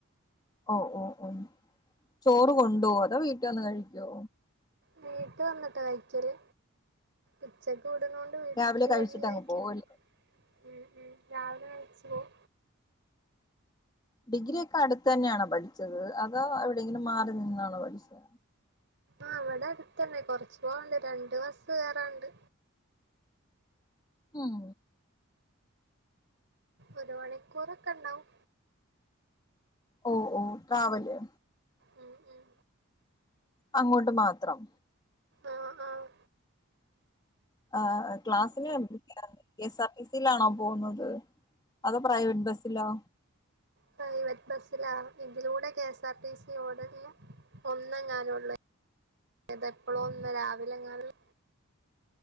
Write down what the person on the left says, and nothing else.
ഓഹ ഓഹ ഓഹ ചോറ് കൊണ്ടുപോവോ അതോ വീട്ടിൽ വന്ന് കഴിക്കോ?
രാവിലെ കഴിച്ചിട്ട്
അങ്ങ് പോവല്ലേ
ഡിഗ്രിയൊക്കെ അടുത്ത് തന്നെയാണോ പഠിച്ചത് അതോ എവിടെയെങ്കിലും മാറി നിന്നാണോ പഠിച്ചത്?
ഉം.
ഓഹ് ഓഹ് ട്രാവല്.
അങ്ങോട്ട് മാത്രം?
ആഹ് ക്ലാസ്സിന് <inaudible> കെ എസ് ആർ ടി സിയിലാണോ പോകുന്നത്? അതോ പ്രൈവറ്റ് ബസ്സിലോ?